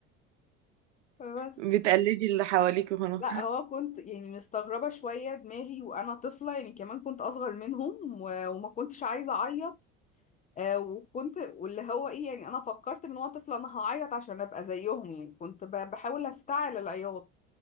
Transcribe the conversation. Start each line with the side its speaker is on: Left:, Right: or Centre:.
Left: بس
Right: بتقلدي اللي حواليك وخلاص
Left: لا هو كنت يعني مستغربة شوية دماغي وأنا طفلة يعني كمان كنت أصغر منهم و- وما كنتش عايزة أعيط آه، وكنت واللي هو إيه يعني أنا فكرت من وأنا طفلة أنا هعيط عشان أبقى زيهم يعني كنت ب- بحاول أفتعل العياط